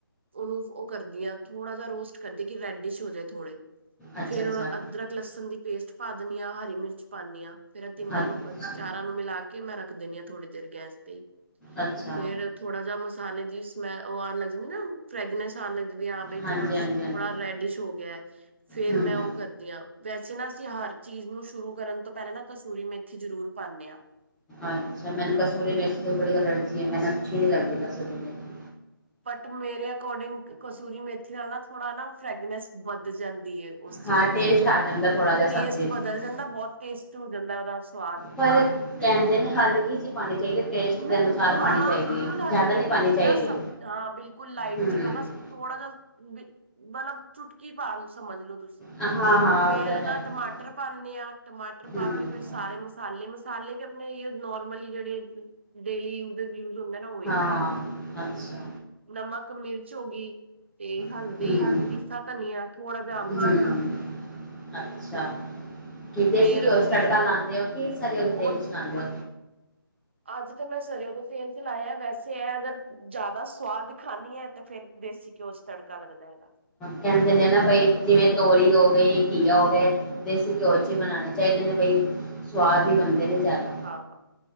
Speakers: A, on the right; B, in the centre.
A: ਉਹਨੂੰ ਉਹ ਕਰਦੀ ਆ ਥੋੜਾ ਜਿਹਾ ਰੋਸਟ ਕਰਦੀ ਕਿ ਰੈਡੀਸ ਹੋ ਜਾ ਥੋੜੇ
B: ਅੱਛਾ
A: ਫਿਰ
B: ਅੱਛਾ
A: ਅਦਰਕ ਲਸਣ ਦੀ ਪੇਸਟ ਪਾ ਦਿੰਨੀ ਆ ਹਰੀ ਮਿਰਚ ਪਾਦੀ ਆ ਫਿਰ ਤਿੰਨਾਂ
B: ਅੱਛ-
A: ਨੂੰ ਚਾਰਾਂ ਨੂੰ ਮਿਲਾ ਕੇ ਮੈਂ ਰੱਖ ਦੇਣੀ ਆ ਥੋੜੀ ਦੇਰ ਗੈਸ ਦੀ
B: ਅੱਛਾ
A: ਫਿਰ ਥੋੜਾ ਜਿਹਾ ਮਸਾਲੇ ਦੀ ਸਮੈਂ ਉਹ ਆਨ ਲਗਦੀ ਨਾ ਫਰੇਗਨ <unintelligible> ਜੀ ਆ ਬਈ
B: ਹਾਂਜੀ
A: ਚਲੋ
B: ਹਾਂਜੀ
A: ਥੋੜਾ
B: ਹਾਂਜੀ
A: ਰੈਡੀਸ਼ ਹੋ ਗਿਆ ਫਿਰ
B: ਹੂੰ
A: ਮੈਂ
B: ਹੂੰ
A: ਉਹ ਵੈਸੇ ਨਾ ਅਸੀਂ ਹਰ ਚੀਜ਼ ਨੂੰ ਸ਼ੁਰੂ ਕਰਨ ਤੋਂ ਪਹਿਲਾਂ ਨਾ ਕਸੂਰੀ ਮੇਥੀ ਜਰੂਰ ਪਾਨੇ ਆ
B: ਅੱਛਾ, ਮੈਨੂੰ ਕਸੂਰੀ ਮੇਥੀ ਤੋ ਬੜੀ ਅਲਰਜੀ ਏ। ਮੈਨੁ ਅੱਛੀ ਨਹੀਂ ਲੱਗਦੀ ਕਸੂਰੀ ਮੇਥੀ।
A: ਬਟ ਮੇਰੇ ਅਕੋਰਡਿੰਗ ਕਸੂਰੀ ਮੇਥੀ ਨਾਲ ਨਾ ਥੋੜਾ ਨਾ ਫਰੈਂਗਨੈਂਸ ਵੱਧ ਜਾਂਦੀ ਏ। ਉਸ ਚੀਜ਼
B: ਹਾਂ ਟੇਸਟ
A: ਦੀ।
B: ਆ ਜਾਂਦਾ ਥੋੜਾ ਜਿਹਾ
A: ਟੇਸਟ
B: ਸਬਜ਼ੀ 'ਚ
A: ਬਦਲ ਜਾਂਦਾ ਬਹੁਤ ਟੇਸਟ ਹੋ ਜਾਂਦਾ ਔਦਾ। ਸਵਾਦ,
B: ਪਰ
A: ਫੇਰ,
B: ਕਹਿੰਦੇ ਨੇ ਹਲਕੀ ਜਿਹੀ ਪਾਣੀ ਚਾਹੀਦੀ ਟੇਸਟ ਦੇ
A: ਨਹੀਂ,
B: ਅਨੁਸਾਰ
A: ਹਾਂ
B: ਪਾਣੀ ਚਾਹੀਦੀ
A: ਬਿਲਕੁਲ
B: ਹੈ
A: ਹਲਕੀ
B: ਜ਼ਿਆਦਾ ਨਹੀਂ
A: ਜੀ
B: ਪਾਣੀ
A: ਜਿਦਾ
B: ਚਾਹੀਦੀ
A: ਸਬ ਹਾਂ। ਹਾਂ ਬਿਲਕੁਲ ਲਾਈਟ
B: ਹੂੰ
A: ਜਿਵੇਂ ਬਸ ਥੋੜਾ ਜਾ ਬੀ ਮਲਬ ਚੁਟਕੀ ਪਾ ਲੋ ਸਮਝ ਲੋ ਤੁਸੀਂ
B: ਹਾਂ-ਹਾਂ,
A: ਫੇਰ
B: ਉਹ ਤਾਂ ਹੈ
A: ਨਾ
B: ਹੀ
A: ਟਮਾਟਰ ਪਾਣੀ ਆ ਟਮਾਟਰ ਪਾ
B: ਹੂੰ,
A: ਕੇ ਫੇਰ ਸਾਰੇ ਮਸਾਲੇ ਮਸੁ ਸਾਲੇ ਵੀ ਆਪਣੇ ਇਯੋ ਨੋਰਮਲੀ ਜੇਡੇ ਡੇਲੀ ਯੂਜਿਸ ਯੂਸ ਹੁੰਦੇ ਨਾ ਔਈ।
B: ਹਾਂ, ਅੱਛਾ।
A: ਨਮਕ, ਮਿਰਚ ਹੋ ਗੀ ਤੇ ਹਲਦੀ,
B: ਹੂੰ,
A: ਪੀਸਾ ਧਨੀਆ ਥੋੜਾ ਜਿਹਾ ਆਮ
B: ਹੂੰ
A: ਚੂਰ।
B: ਅੱਛਾ ਕਿ ਦੇਸੀ
A: ਫੇਰ
B: ਗਯੋ ਚ ਤੜਕਾ ਲਾਂਦੇ ਔ ਕਿ ਸਰਓ ਦੇ
A: ਉਹ
B: ਤੇਲ ਇੰਚ ਲਾਂਦੇ ਔ?
A: ਅੱਜ ਤੇ ਮੈਂ ਸਰਯੋ ਦੋਂ ਤੇਲ ਚ ਲਾਇਆ ਵੈਸੇ ਐ ਅਗਰ ਜਾਦਾ ਸੁਵਾਦ ਖਾਂਨੀ ਏ ਤੇ ਫੇਰ ਦੇਸੀ ਕਯੋ ਚ ਤੜਕਾ ਲੱਗਦਾ ਏ ਏਦਾ।
B: ਕੇਂਦੇ ਨੇ ਨਾ ਬਈ ਜਿਵੇਂ ਤੋਰੀ ਹੋ ਗਈ ਘੀਆ ਹੋ ਗਏ ਦੇਸੀ ਕਯੋ ਇੰਚ ਬਣਾਣੇ ਚਾਹੀਦੇ ਨੇ ਬਈ, ਸਵਾਦ ਵੀ ਬੰਦੇ ਨੇ ਜਿਆਦਾ।
A: ਹਾਂ,